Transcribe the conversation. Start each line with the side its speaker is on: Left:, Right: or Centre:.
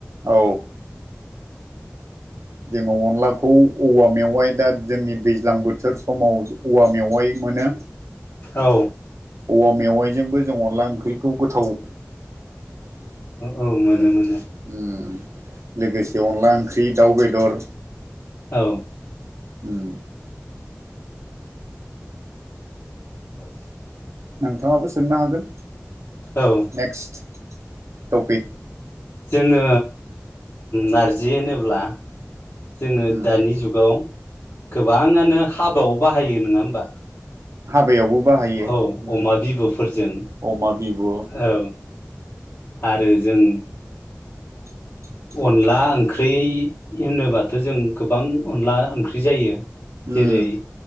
Right: औ। जोङो अनलाखौ औवा मेवाइ दा जोंनि दैज्लां बोथोर समाव औवा मेवाइ मोनो।
Left: औ
Right: औवा मेवाइजोंबो जों अनला ओंख्रिखौ गोथाव
Left: औ मानो मोन
Right: ओम लोगोसे अनला ओंख्रि दाउ बेदर
Left: औ।
Right: उम।
Left: ओ।
Right: नोंथाङाबो सोंनो हागोन
Left: औ
Right: नेक्स्ट टपिक
Left: जोङो नारजि होनोब्ला जोङो
Right: उम
Left: दानि जुगाव गोबाङानो हाबायाव बाहायो नोंङा होमबा
Right: हाबायावबो बाहायो
Left: औ
Right: उम
Left: अमा बिबुफोरजों
Right: अमा बिबु
Left: औ आरो जों
Right: <inaudible>
Left: अनला ओंख्रि होनोबाथ जों गोबां अनला ओंख्रि जायो। जेरै
Right: उम